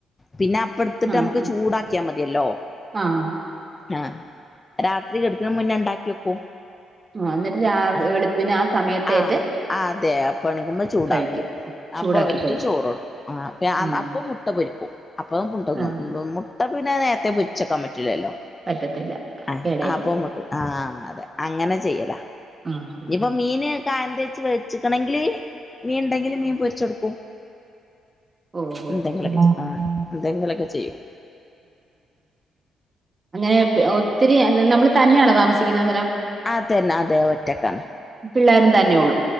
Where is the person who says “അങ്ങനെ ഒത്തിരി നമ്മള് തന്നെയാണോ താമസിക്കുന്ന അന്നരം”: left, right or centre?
Right